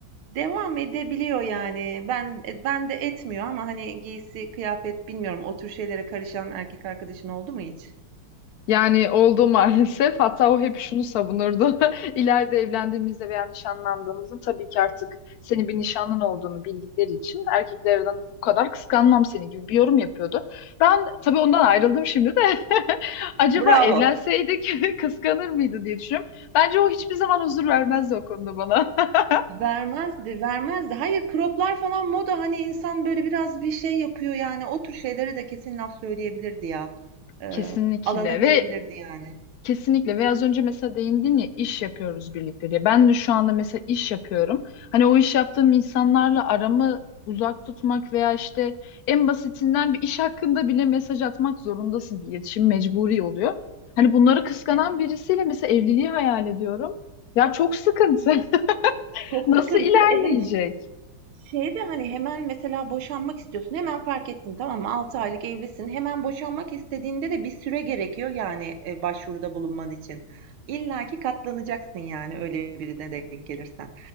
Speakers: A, on the right; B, on the left.
A: Devam edebiliyor yani. Ben e, ben de etmiyor ama hani giysi, kıyafet bilmiyorum o tür şeylere karışan erkek arkadaşın oldu mu hiç?
B: Yani oldu maalesef. Hatta o hep şunu savunurdu. <laughs> İleride evlendiğimizde veya nişanlandığımızda tabii ki artık senin bir nişanlın olduğunu bildikleri için erkeklerden bu kadar kıskanmam seni gibi bir yorum yapıyordu. Ben tabii ondan ayrıldım şimdi de. <laughs> Acaba
A: Bravo.
B: evlenseydik <laughs> kıskanır mıydı diye düşünüyorum. Bence o hiçbir zaman huzur vermezdi o konuda bana. <laughs>
A: Vermezdi, vermezdi. Hayır, croplar falan moda hani insan böyle biraz bir şey yapıyor yani o tür şeylere de kesin laf söyleyebilirdi ya. Ee,
B: Kesinlikle
A: alana girebilirdi
B: ve
A: yani.
B: Kesinlikle ve az önce mesela değindin ya iş yapıyoruz birlikte diye. Ben de şu anda mesela iş yapıyorum. Hani o iş yaptığım insanlarla aramı uzak tutmak veya işte en basitinden bir iş hakkında bile mesaj atmak zorundasın. Bir iletişim mecburi oluyor. Hani bunları kıskanan
A: Evet.
B: birisiyle mesela evliliği hayal ediyorum. Ya çok sıkıntı. <laughs>
A: Çok
B: Nasıl
A: sıkıntı.
B: ilerleyecek?
A: Evet Şeyde hani hemen mesela boşanmak istiyorsun. Hemen fark ettin tamam mı? altı aylık evlisin. Hemen boşanmak istediğinde de bir süre gerekiyor yani e, başvuruda bulunman için. İlla ki katlanacaksın yani öyle birine de gelirsen.